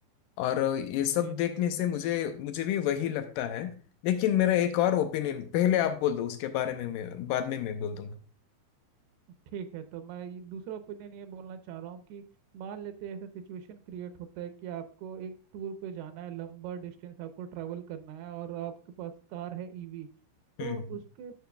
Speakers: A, on the left; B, on the right.
A: और अ, ये सब
B: जी
A: देखने
B: जी
A: से मुझे मुझे भी वही लगता है लेकिन मेरा एक और ओपिनियन पहले आप बोल दो उसके बारे में मैं बाद में मैं बोल दूंगा
B: ठीक है तो मैं ये दूसरा ओपिनियन ये बोलना चाह रहा हूँ कि मान लेते हैं ऐसा सिचुएशन क्रिएट होता है कि आपको एक टूर पे जाना है लंबा डिस्टेंस आपको ट्रैवल करना है और आपके पास कार है ईवी तो
A: हम्म
B: उसके